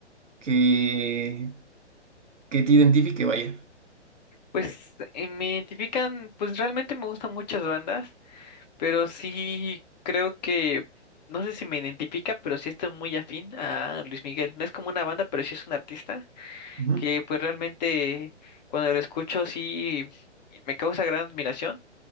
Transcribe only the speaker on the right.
que, que te identifique, vaya?
Ujú.